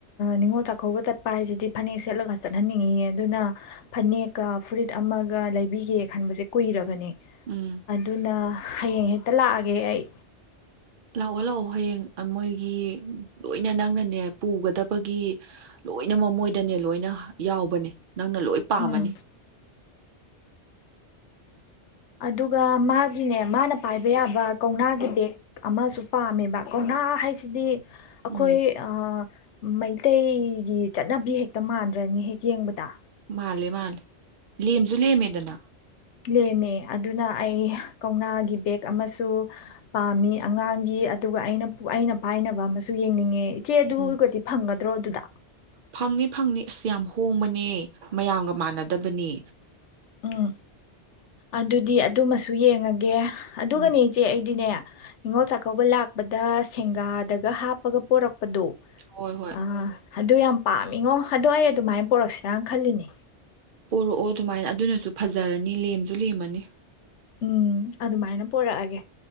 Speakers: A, on the left (about 90°); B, on the right (about 60°).
A: ꯅꯤꯉꯣꯜ ꯆꯥꯛꯀꯧꯕ ꯆꯠꯄ ꯍꯥꯏꯁꯤꯗꯤ ꯐꯅꯦꯛ ꯁꯦꯠꯂꯒ ꯆꯠꯍꯟꯅꯤꯡꯉꯤꯌꯦ ꯑꯗꯨꯅ ꯐꯅꯦꯛꯀ ꯐꯨꯔꯤꯠ ꯑꯃꯒ ꯂꯩꯕꯤꯒꯦ ꯈꯟꯕꯁꯦ ꯀꯨꯏꯔꯕꯅꯦ
B: ꯎꯝ
A: ꯑꯗꯨꯅ ꯍꯌꯦꯡ ꯍꯦ ꯍꯛꯇ ꯂꯥꯛꯑꯒꯦ ꯑꯩ
B: ꯂꯥꯛꯑꯣ ꯂꯥꯛꯑꯣ ꯍꯌꯦꯡ ꯃꯣꯏꯒꯤ ꯂꯣꯏꯅ ꯅꯪꯅꯅꯦ ꯄꯨꯒꯗꯕꯒꯤ ꯂꯣꯏꯅꯃꯛ ꯃꯣꯏꯗꯅꯦ ꯂꯣꯏꯅ ꯌꯥꯎꯕꯅꯦ ꯅꯪꯅ ꯂꯣꯏ ꯄꯥꯝꯃꯅꯤ
A: ꯎꯝ ꯑꯗꯨꯒ ꯃꯥꯒꯤꯅꯦ ꯃꯥꯅ ꯄꯥꯏꯕ ꯌꯥꯕ ꯀꯧꯅꯥꯒꯤ ꯕꯦꯦꯛ ꯑꯃꯁꯨ ꯄꯥꯝꯃꯦꯕ ꯀꯧꯅꯥ ꯍꯥꯏꯁꯤꯗꯤ ꯑꯩꯈꯣꯏ
B: ꯎꯝ
A: ꯑ ꯃꯩꯇꯩꯒꯤ ꯆꯠꯅꯕꯤ ꯍꯦꯛꯇ ꯃꯥꯟꯗ꯭ꯔꯅꯤ ꯍꯦꯛ ꯌꯦꯡꯕꯗ
B: ꯃꯥꯜꯂꯦ ꯃꯥꯂꯦ ꯂꯦꯝꯁꯨ ꯂꯦꯝꯃꯦꯗꯅ
A: ꯂꯦꯝꯃꯦ ꯑꯗꯨꯅ ꯑꯩ ꯀꯧꯅꯥꯒꯤ ꯕꯦꯦꯛ ꯑꯃꯁꯨ ꯄꯥꯝꯃꯤ ꯑꯉꯥꯡꯒꯤ ꯑꯗꯨꯒ ꯑꯩꯅ ꯑꯩꯅ ꯄꯥꯏꯅꯕ ꯑꯃꯁꯨ ꯌꯦꯡꯅꯤꯡꯉꯦ ꯏ ꯆꯦꯗꯨꯔꯒꯗꯤ
B: ꯎꯝ
A: ꯐꯪꯒꯗ꯭ꯔꯣ ꯑꯗꯨꯗ
B: ꯐꯪꯅꯤ ꯐꯪꯅꯤ ꯑꯁ ꯌꯥꯝ ꯍꯣꯡꯕꯅꯦ ꯃꯌꯥꯝꯒ ꯃꯥꯟꯅꯗꯕꯅꯤ
A: ꯎꯝ ꯑꯗꯨꯗꯤ ꯑꯗꯨꯃꯁꯨ ꯌꯦꯡꯉꯒꯦ ꯑꯗꯨꯒꯅꯦ
B: ꯎꯝ
A: ꯏꯆꯦ ꯑꯩꯗꯤꯅꯦ ꯅꯤꯉꯣꯜ ꯆꯥꯛꯀꯧꯕ ꯂꯥꯛꯄꯗ ꯁꯦꯡꯒꯥꯗꯒ ꯍꯥꯞꯄꯒ ꯄꯣꯔꯛꯄꯗꯣ
B: ꯍꯣꯏ ꯍꯣꯏ
A: ꯑ ꯑꯗꯨ ꯌꯥꯝ ꯄꯥꯝꯃꯤꯉꯣ ꯑꯗꯣ ꯑꯩ ꯑꯗꯨꯃꯥꯏꯅ ꯄꯔꯛꯁꯤꯔꯥꯅ ꯈꯜꯂꯤꯅꯦ
B: ꯄꯣꯔꯛꯑꯣ ꯑꯗꯨꯃꯥꯏꯅ ꯑꯗꯨꯅꯁꯨ ꯐꯖꯔꯅꯤ ꯂꯦꯝꯁꯨ ꯂꯦꯝꯃꯅꯤ
A: ꯎꯝ ꯑꯗꯨꯃꯥꯏꯅ ꯄꯔꯛꯑꯒꯦ